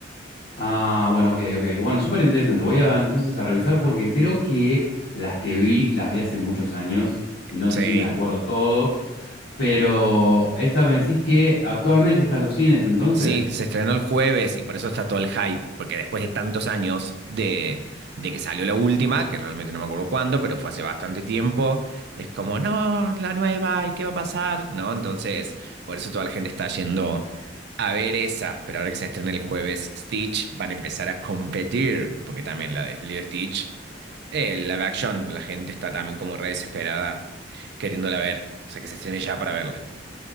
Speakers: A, on the left; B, on the right.
A: Ah, bueno, ok, ok. Bueno, súper interesante. Voy a entonces a revisar porque creo que las que vi, las vi hace muchos años y no
B: Sí,
A: sé si me acuerdo todo, pero esa me decís que actualmente está en los cines, entonces.
B: sí, se estrenó el jueves y por eso está todo el hype, porque después de tantos años de, de que salió la última, que realmente no me acuerdo cuándo, pero fue hace bastante tiempo, es como, no, la nueva, ¿y qué va a pasar? ¿No? Entonces, por eso toda la gente está yendo a ver esa, pero ahora que se estrena el jueves Stitch, van a empezar a competir, porque también la de Lilo y Stitch, eh, live action, la gente está también como re desesperada queriéndola ver, o sea que se estrene ya para verla.